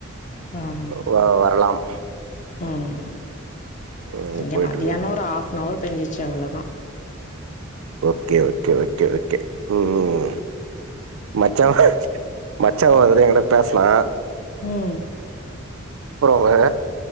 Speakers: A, on the left; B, on the right.
A: ம்
B: <unintelligible> வ வரலாம்
A: ம்
B: ம்
A: இங்க
B: போயிட்ருக்கு
A: மத்தியானம் ஒரு ஹாஃப் னவர் பேஞ்சிருச் ச்சி அவ்ளதா
B: ஓகே ஓகே ஓகே ஓகே ம் ம் ம் மச்சா மச்சான் வந்து எங்கிட்ட பேஸ்னா
A: ம்
B: அப்றோ வேற